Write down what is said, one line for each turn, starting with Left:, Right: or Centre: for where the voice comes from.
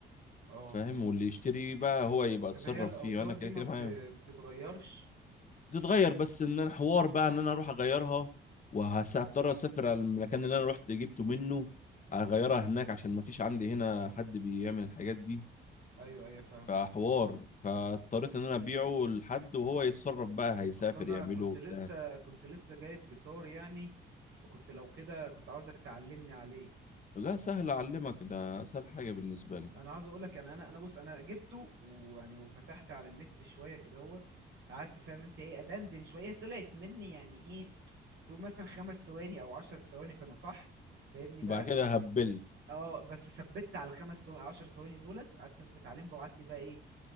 Right: اه
Left: فاهم واللي يشتري بقى هو يبقى
Right: طب
Left: اتصرف
Right: هي الاوتار
Left: فيه وانا كده
Right: دي ما
Left: كده
Right: بت...
Left: معايا
Right: ما بتتغيرش
Left: تتغير بس ان انا حوار بقى ان انا اروح اغيرها وهضطر
Right: امم
Left: اسافر على المكان اللي انا رحت جبته منه
Right: امم
Left: اغيرها هناك عشان ما فيش عندي هنا حد بيعمل الحاجات دي
Right: ايوه ايوه فاهمك
Left: فحوار فاضطريت ان انا ابيعه لحد وهو يتصرف بقى هيسافر
Right: اصل انا
Left: يعمله
Right: كنت
Left: وبتاع
Right: لسه كنت لسه جايب جيتار يعني فكنت لو كده كنت عاوزك تعلمني عليه
Left: لا سهل اعلمك ده اسهل حاجه بالنسبه لي
Right: انا عاوز اقولك يعني انا انا بص انا جبته ويعني وفتحت على النت شويه كده اهوت قعدت فاهم انت ايه ادندن شويه طلعت مني يعني ايه تقول مثلا خمس ثواني او عشر ثواني كانوا صح فاهمني
Left: وبعد
Right: بقى
Left: كده هبلت
Right: اه بس ثبت على الخمس ثواني عشر ثواني دولت قعدت اثبت عليهم بقى وقعدت بقى ايه